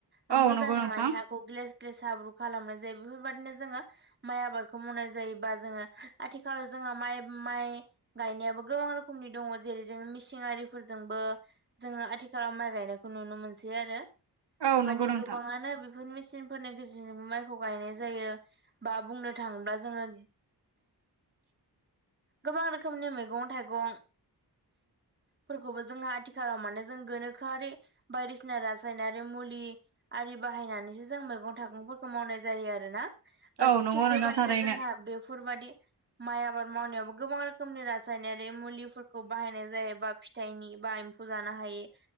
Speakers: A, on the right; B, on the right.
A: ओ
B: औ
A: मोजाङै
B: नंगौ नोंथां
A: माने हाखौ ग्लेस ग्लेस हाब्रु खालामनाय जायो बेफोरबादिनो जोङो माइ आबादखौ मावनाय जायोबा जोङो आथिखालाव जोंहा माइ माइ गायनायाबो गोबां रोखोमनि दङ जेरै जों मिसिनारिफोरजोंबो जोङो आथिखालाव माइ गायनायखौ नुनो मोनसै आरो
B: औ
A: बेबायदिनो
B: नंगौ नोंथां
A: गोबाङानो बेफोर मे चिनफोरनि गेजेरजों माइखौ गायनाय जायो। बा बुंनो थाङोब्ला जोङो
B: <inaudible>
A: गोबां रोखोमनि मेगं थाइगं फोरखौबो जोंहा आथिखालाव मानो जों गोनोखोआरि बायदिसिना रासायनारि मुलि आरि बाहायनानैसो जों मैगं थाइगंफोरखौ मावनाय जायो आरोना। ओ
B: औ नंगौ
A: थिग
B: नोंथां
A: बेबादिनो
B: थारैनो
A: जोंहा बेफोरबादि माइ आबाद मावनायावबो गोबां रोखोमनि रासायनारि मुलिफोरखौ बाहायनाय जायो बा फिथाइनि बा एम्फौ जानो हायो‌